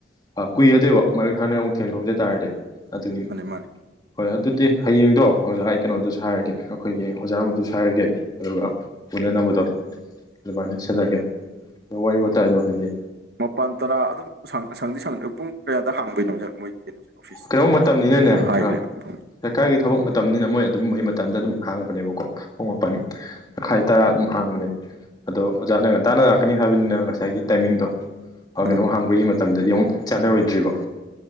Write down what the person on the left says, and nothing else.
ꯀꯨꯏꯔꯗꯣꯏꯕ ꯃꯔꯛ ꯍꯟꯗꯛ ꯑꯃꯨꯛ ꯊꯦꯡꯅꯍꯧꯗ ꯇꯥꯔꯗꯤ꫰꫰ ꯑꯗꯨꯒꯤꯅꯤ
ꯍꯣꯏ ꯑꯗꯨꯗꯤ ꯍꯌꯦꯡꯗꯣ ꯑꯣꯖꯥ ꯍꯥꯏ ꯀꯩꯅꯣꯗꯨꯁꯨ ꯍꯥꯏꯔꯒꯦ ꯑꯩꯈꯣꯏꯒꯤ ꯑꯣꯖꯥ ꯑꯃꯗꯨ ꯁꯥꯔꯒꯦ ꯑꯗꯨꯒ ꯎꯅꯅꯕꯗꯣ꯫ ꯑꯗꯨꯃꯥꯏꯅ ꯁꯥꯟꯂꯒꯦ ꯑꯗ ꯋꯥꯔꯤ ꯋꯥꯇꯥꯏꯗꯣ ꯍꯥꯏꯗꯤ꯫
ꯀꯩꯅꯣꯝ ꯃꯇꯝꯅꯤꯅꯅꯦ
ꯁꯔꯀꯥꯔꯒꯤ ꯊꯕꯛ ꯃꯇꯝꯅꯤꯅ ꯃꯣꯏ ꯑꯗꯨꯝꯕꯒꯤ ꯃꯇꯝꯗ ꯑꯗꯨꯝ ꯍꯥꯡ ꯕꯅꯦꯀꯣ ꯄꯨꯡ ꯃꯥꯄꯟ ꯃꯈꯥꯏ ꯇꯔꯥ ꯑꯗꯨꯝ ꯍꯥꯡꯕꯅꯦ꫰꫰ ꯑꯗꯣ ꯑꯣꯖꯥꯅ ꯉꯟꯇꯥꯥꯟꯅ ꯂꯥꯛꯀꯅꯤ ꯍꯥꯏꯕꯅꯤꯅ ꯉꯁꯥꯏꯒꯤ ꯇꯥꯏꯃꯤꯡꯗꯣ
ꯀꯩꯅꯣ ꯍꯥꯡꯕꯒꯤ ꯃꯇꯝꯗꯗꯤ ꯑꯃꯨꯛ ꯆꯥꯟꯅꯔꯣꯏꯗ꯭ꯔꯤꯕ꯫